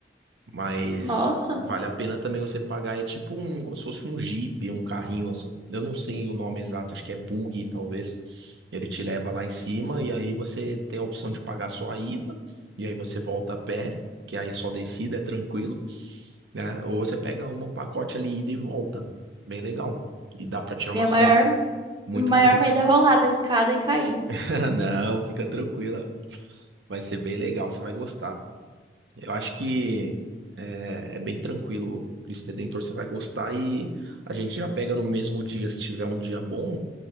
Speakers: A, on the right; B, on the right.
A: Mas
B: Nossa,
A: vale a pena também você pagar. É tipo um, como se fosse um Jeep, um carrinho assim. Eu não sei o nome exato, acho que é buggy, talvez. Ele te leva lá em cima e aí você tem a opção de pagar só a ida, e aí você volta a pé, que aí é só descida, é tranquilo, né? Ou você pega um pacote ali, ida e volta. Bem legal. E dá pra tirar umas
B: minha maior,
A: fotos muito
B: meu maior
A: bonitas.
B: medo é rolar da escada e cair.
A: <laughs> Não, fica tranquila. Vai ser bem legal, você vai gostar. Eu acho que é, é bem tranquilo. Cristo Redentor você vai gostar e a gente já pega no mesmo dia, se tiver um dia bom,